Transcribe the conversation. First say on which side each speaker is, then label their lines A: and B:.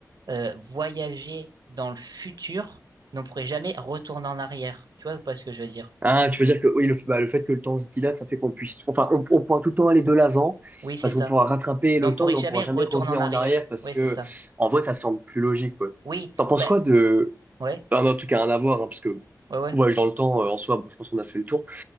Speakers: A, on the right; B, on the right.
A: euh, voyager dans le futur, mais on pourrait jamais retourner en arrière. Tu vois ou pas ce que je veux dire?
B: Ah, tu veux dire que oui, le, bah, le fait que le temps se dilate, ça fait qu'on puisse, enfin, on, on pourra tout le temps aller de l'avant
A: Oui, c'est
B: parce
A: ça.
B: qu'on pourra rattraper
A: Mais
B: le
A: on pourrait
B: temps, mais on
A: jamais
B: pourra jamais
A: retourner
B: revenir
A: en arrière.
B: en arrière parce
A: Oui,
B: que,
A: c'est ça.
B: en vrai, ça semble plus logique, quoi.
A: Oui,
B: T'en penses
A: bah,
B: quoi de,
A: ouais,
B: bah, en tout cas, rien à voir, hein, parce que
A: ouais, ouais.
B: voyage dans le temps, euh, en soi, bon, je pense qu'on a fait le tour